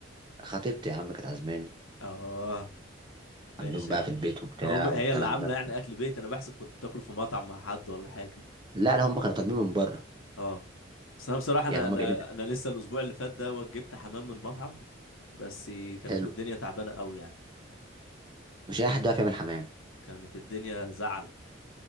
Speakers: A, on the right (about 25°); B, on the left (about 85°).
A: خطيبتي يا عم كانت عازماني
B: اه ماشي
A: عندهم بقى
B: يا عم
A: في البيت وبتاع
B: هم هي
A: والكلام
B: اللي عامله
A: ده
B: يعني اكل بيت انا بحسب كنت تاكل في مطعم مع حد ولا حاجه
A: لا لا هم كانوا طالبين من بره
B: اه بس انا بصراحه انا
A: يعني هم
B: انا
A: جايبين
B: انا لسه الاسبوع اللي فات ده وجبت حمام من مطعم بس كانت
A: حلو
B: الدنيا تعبانه قوي يعني
A: مش اي حد يعرف يعمل حمام
B: كانت الدنيا زعل